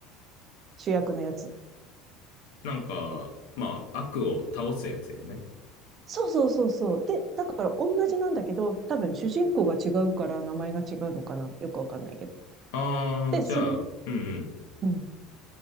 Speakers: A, on the right (about 30°); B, on the left (about 80°).
A: 主役のやつ。
B: ー、なんか、まあ、悪を倒すやつよね。
A: そうそうそうそう。で、だから同じなんだけど、多分主人公が違うから名前が違うのかな。よくわかんないけど。
B: あー、
A: で、
B: じゃあ、
A: それ、
B: うん
A: うん。